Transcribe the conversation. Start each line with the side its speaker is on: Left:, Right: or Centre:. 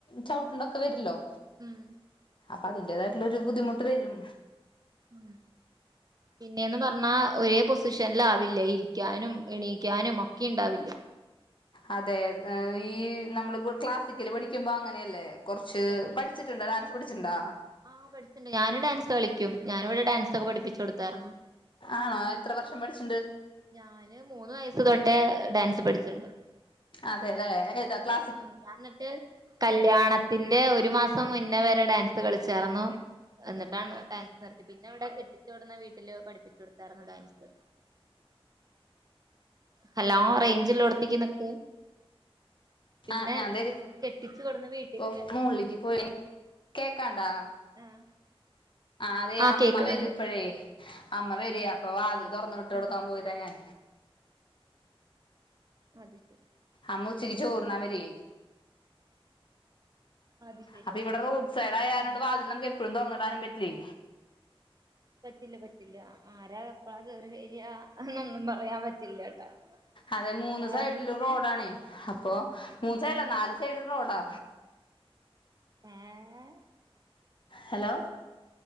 Left: ചപ്ട്ടെണ്ടക്ക വരല്ലോ
Right: ഉം
Left: അപ്പോ അതിന്റേതായിട്ടുള്ള ഒരു ബുദ്ദിമുട്ട് വെരും
Right: ഉം പിന്നെന്നു പർഞ്ഞാ ഏ പൊസ് പൊഷൻ ല് ആവില്ല ഇരിക്കാനും എണീക്കാനുംഒക്കെ ഉണ്ടാവില്ലെ
Left: അതേ, ഈ ഞമ്മള് പ്പോ ക്ലാസിക്കൽ പഠിക്കുമ്പോ അങ്ങനെയല്ലെ കൊർച്ച്
Right: അതെ
Left: പഠിച്ചിട്ടുണ്ടോ
Right: അതെ അതെ
Left: ഡാൻസ് പഠിച്ചിട്ടുണ്ടോ
Right: ആ പഠിച്ചിണ്ട് ഞാന് ഡാൻസ് കളിക്കും ഞാനിവിടെ ഡാൻസൊക്കെ പഠിപ്പിച്ച് കൊട്ത്തായിർന്നു.
Left: ആണോ എത്ര വർഷം പഠിച്ചു
Right: ഞാന് മൂന്നു വയസ്സ് തൊട്ടേ ഡാൻ സ് പഠിച്ചിണ്ട്.
Left: അതെല്ലേ ഏതാ ക്ലാസിക്കല്
Right: മ് ഞാന്നട്ട് കല്യാണത്തിന്റ ഒരു മാസ സം മുന്നേ വരെ ഡാൻസ് കളിച്ചാർന്നു എന്നിട്ടാണ് ഡാൻസ് നിർ പിന്നവിടെ കെട്ടി ച്ചൊട്ന്ന വീട്ടില് പഠിപ്പിച്ചൊടത്താർന്നു ഡാൻസ് ഹലോ റൈഞ്ചില്ലോട്ത്ത്ക്ക് നിക്ക് പിന്നെ
Left: ആഹ് ഞാൻ ദേ
Right: കെട്ടിച്ച് കൊട്ന്ന വീട്ടില്
Left: ഇപ്പൊ മോളിലേക്ക് പോയി കേക്കാണ്ടാ
Right: ആഹ്
Left: അതെ
Right: ആഹ്
Left: അമ്മ
Right: കേക്ക്ണ്‌ണ്ട്
Left: വരുംപ്പഴേ അമ്മ വെരേ അപ്പ വാതില് തൊർന്ന് വിട്ട് കൊട്ക്കാ
Right: ഉം
Left: പോയതാ ഞാൻ
Right: അതീത്തെ
Left: അമ്മ ഉച്ചക്ക് ചോറുണ്ണാൻ വരേ
Right: അത് ശരി
Left: അപ്പ
Right: ഓക്കെ
Left: ഇവടെ റോഡ്
Right: ഓക്കെ
Left: സൈഡായാരണം
Right: ഓക്കെ ഉം
Left: കൊണ്ട് വാതിലമ്മുക്കെപ്പയും തോർന്നിടാനും പെറ്റ് ഇല്ലേ
Right: പറ്റില്ല പറ്റില്ല ആരാ എപ്പളാ കേറി വരാ എന്നൊന്നും പറയാൻ പറ്റില്ലട്ടാ
Left: അതെ മൂന്ന്
Right: ഏഹ്
Left: സൈഡിലും
Right: പിന്നെ
Left: റോഡാണെ അപ്പൊ മുന്ന് സൈഡിലല്ല നാല് സൈഡിലും റോഡാ
Right: ഏഹ്
Left: ഹലോ